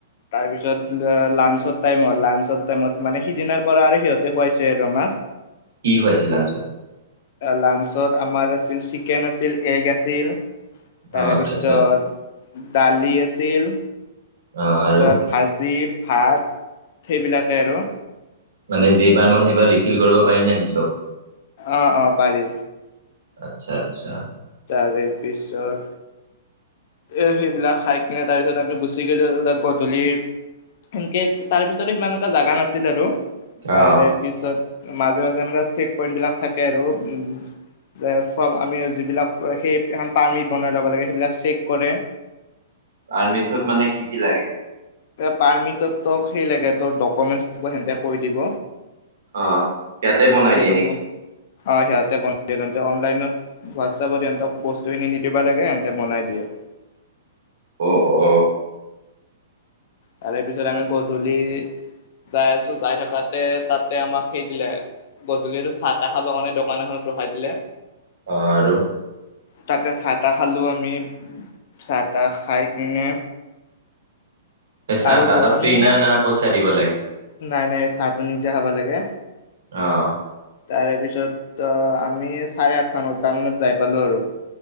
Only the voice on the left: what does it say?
তাৰপিছত লাঞ্চত, টাইম লাঞ্চৰ টাইমত মানে সিদিনাৰ পৰা আৰু সিহঁতে খুৱাইছে আৰু ৰ আমাক।
লাঞ্চত আমাৰ আছিল চিকেন আছিল, এগ আছিল তাৰ
পিছত
দালি আছিল,
তাত ভাজি ভাত সেইবিলাকে আৰু।
অ অ পাৰি।
তাৰে পিছত এ সেইবিলাক, খাই কিনে তাৰ পিছত আমি গুচি গলো আৰু। তাত গধূলি সেনকে তাৰ পিছতে সিমান এটা জাগা নাছিল আৰু তাৰে
পিছত, মাজে মাজে এনেকা চেক পইন্ট বিলাক থাকে আৰু, উম যে ফম আমি যিবিলাক, সেই এখন পাৰ্মিট বনাই ল'ব লাগে, সেইবিলাক চেক কৰে।
পাৰ্মিটত সেই লাগে ডকমেণ্টছৰ হেতে কৈ দিব।
দি
ডকুমেন্ট
অ সিহঁতে বনাই দিয়ে, সিহঁতে অনলাইনত হোৱাটছএপত সিহতক বস্তুখিনি নিদিবা লাগে সিহঁতে বনাই দিয়ে। <inaudible>
তাৰে পিছত আমি গধূলি যাই আছো যাই থাকো তাতে তাতে আমাক সেই দিলে গধূলিৰ চাহ তাহ খাবৰ কাৰণে দোকান এখনত ৰখাই দিলে।
তাতে চাহ তাহ খালোঁ আমি, চাহ তাহ খাই কিনে
আৰু
গ আমি
মানে
নাই নাই চাহটো নিজে খাব লাগে।
তাৰে পিছত আমি চাৰে আঠটা নটা মানত যাই পালোঁ আৰু।